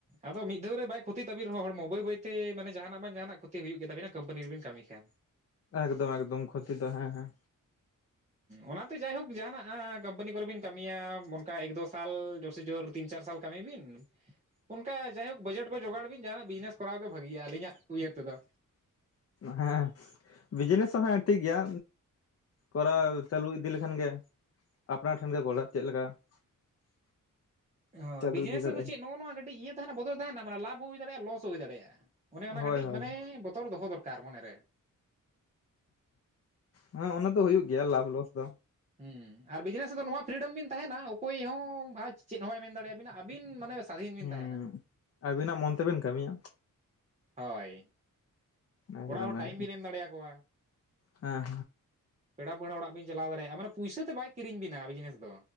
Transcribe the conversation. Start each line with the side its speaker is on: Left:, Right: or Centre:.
Right: ᱟᱫᱚ ᱢᱤᱫ ᱫᱷᱟᱹᱣ ᱨᱮ ᱵᱟᱭ ᱠᱷᱚᱛᱤ ᱛᱟᱹᱵᱤᱱ ᱨᱮᱦᱚᱸ ᱦᱚᱲᱢᱚ ᱵᱟᱹᱭ ᱵᱟᱹᱭ ᱛᱮ ᱢᱟᱱᱮ ᱡᱟᱦᱟᱱᱟᱜ ᱵᱟᱝ ᱡᱟᱦᱟᱱᱟᱜ ᱠᱷᱚᱛᱤ ᱦᱩᱭᱩᱜ ᱜᱮᱛᱟᱵᱮᱱᱟ ᱠᱳᱢᱯᱟᱱᱤ ᱨᱮᱵᱤᱱ ᱠᱟᱹᱢᱤ ᱠᱷᱟᱱ᱾
Left: ᱮᱠᱫᱚᱢ ᱮᱠᱫᱚᱢ ᱠᱷᱚᱛᱤ ᱫᱚ ᱦᱮᱸ ᱦᱮᱸ
Right: ᱚᱱᱟᱛᱮ ᱡᱟᱭᱦᱳᱠ ᱡᱟᱦᱟᱱᱟᱜ ᱠᱳᱢᱯᱟᱱᱤ ᱠᱚᱨᱮ ᱵᱤᱱ ᱠᱟᱹᱢᱤᱭᱟ ᱚᱱᱠᱟ ᱮᱠ ᱫᱳ ᱥᱟᱞ ᱡᱳᱨ ᱥᱮ ᱡᱳᱨ ᱛᱤᱱ ᱪᱟᱨ ᱥᱟᱞᱼᱼ ᱠᱟᱹᱢᱤ ᱵᱤᱱ ᱚᱱᱠᱟ ᱡᱟᱭᱦᱳᱠ ᱵᱟᱡᱮᱴ ᱠᱚ ᱡᱚᱜᱟᱲ ᱵᱤᱱ ᱡᱟᱦᱟᱱᱟᱜ ᱵᱤᱡᱽᱱᱮᱥᱼᱼ ᱠᱚᱲᱟᱣ ᱜᱮ ᱵᱷᱟᱹᱜᱮᱭᱟ ᱟᱹᱞᱤᱧᱟᱜ ᱩᱭᱟᱹᱨ ᱛᱮᱫᱚ᱾
Left: ᱦᱮᱸ ᱵᱤᱡᱽᱱᱮᱥ ᱦᱚᱸ ᱦᱮᱸ ᱴᱷᱤᱠ ᱜᱮᱭᱟ᱾ ᱠᱚᱨᱟᱣ ᱪᱟᱹᱞᱩ ᱤᱫᱤ ᱞᱮᱠᱷᱟᱱ ᱜᱮ ᱟᱯᱱᱟᱨ ᱴᱷᱮᱱ ᱜᱮ ᱜᱚᱲᱟ ᱪᱮᱫ ᱞᱮᱠᱟ <unintelligible>
Right: ᱦᱮᱸ
Left: ᱪᱟᱹᱞᱩ
Right: ᱵᱤᱡᱱᱮᱥ
Left: ᱤᱫᱤ ᱫᱟᱲᱮᱭᱟᱜᱼᱟ
Right: ᱨᱮᱫᱚ ᱪᱮᱫ ᱱᱚᱜᱼᱚ ᱱᱚᱣᱟ ᱠᱟᱹᱴᱤᱡ ᱤᱭᱟᱹ ᱛᱟᱦᱮᱱᱟ ᱵᱚᱫᱚᱞ ᱛᱟᱦᱮᱱᱟ ᱢᱟᱱᱮ ᱞᱟᱵᱷ ᱦᱚᱸ ᱦᱩᱭ ᱫᱟᱲᱮᱭᱟᱜᱼᱟ ᱞᱚᱥ ᱦᱚᱸ ᱦᱩᱭ ᱫᱟᱲᱮᱭᱟᱜᱼᱟ᱾ ᱚᱱᱮ ᱚᱱᱟ
Left: ᱦᱳᱭ
Right: ᱠᱟᱹᱴᱤᱡ
Left: ᱦᱳᱭ
Right: ᱢᱟᱱᱮ ᱵᱚᱛᱚᱨ ᱫᱚᱦᱚ ᱫᱚᱨᱠᱟᱨ ᱢᱚᱱᱮᱨᱮ᱾
Left: ᱦᱮᱸ ᱚᱱᱟ ᱫᱚ ᱦᱩᱭᱩᱜ ᱜᱮᱭᱟ ᱞᱟᱵᱷ ᱞᱚᱥ ᱫᱚ᱾
Right: ᱦᱮᱸ ᱟᱨ ᱵᱤᱡᱽᱱᱮᱥ ᱨᱮᱫᱚ ᱱᱚᱣᱟ ᱯᱷᱨᱤᱰᱚᱢ ᱵᱤᱱ ᱛᱟᱦᱮᱱᱟ ᱚᱠᱚᱭ ᱦᱚᱸ ᱪᱮᱫ ᱦᱚᱸ ᱵᱟᱭ ᱢᱮᱱ ᱫᱟᱲᱮᱭᱟᱵᱤᱱᱟ ᱟᱹᱵᱤᱱ ᱢᱟᱱᱮ ᱥᱟᱫᱷᱤᱱ ᱵᱤᱱ
Left: ᱦᱩᱸ
Right: ᱛᱟᱦᱮᱱᱟ
Left: ᱟᱹᱵᱤᱱᱟᱜ ᱢᱚᱱ ᱛᱮᱵᱤᱱ ᱠᱟᱹᱢᱤᱭᱟ
Right: ᱦᱳᱭ
Left: ᱮᱠᱫᱚᱢ
Right: ᱚᱲᱟᱜ ᱦᱚᱲ ᱴᱟᱭᱤᱢ
Left: ᱮᱠᱫᱚᱢ
Right: ᱵᱤᱱ
Left: ᱦᱮᱸ
Right: ᱮᱢ ᱫᱟᱲᱮᱭᱟᱠᱚᱣᱟ
Left: ᱦᱮᱸ
Right: ᱯᱮᱲᱟᱯᱟᱹᱲᱦᱟ ᱚᱲᱟᱜ ᱵᱤᱱ ᱪᱟᱞᱟᱣ ᱫᱟᱲᱭᱟᱜᱼᱟ ᱢᱟᱱᱮ ᱯᱚᱭᱥᱟᱹ ᱫᱚ ᱵᱟᱭ ᱠᱤᱨᱤᱧ ᱵᱮᱱᱟᱵᱤᱡᱽᱱᱮᱥ ᱫᱚ᱾